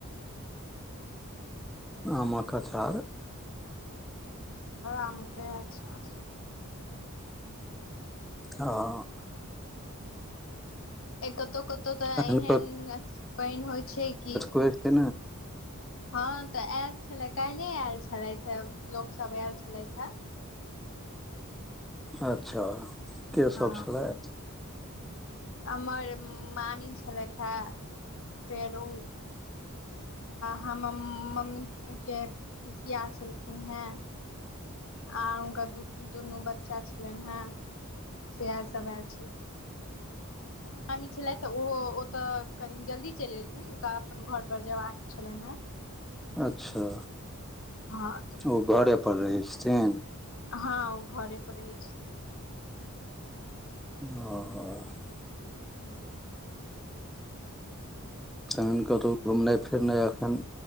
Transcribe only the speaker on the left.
आम के अचार
कतहु कतहु तऽ
एहन अथि पानि होई छै कि
ह तऽ आयल छले काल्ले आयल छलथि हे लोकसभ आयल छलथि हे
ह
हमर मामी छलथि हे फेर ओ। हम मम्मी के पीसिया छलखिन हे आर हुनका दुनू बच्चा छलनि हे सेह सभ आयल छी मामी छलथि तऽ ओहो ओतऽ कनि जल्दी चलि एलकिन हुनका अपन घर पर जेयबा कऽ चलै न
हँ
ह ओ घरे पर रहै
ह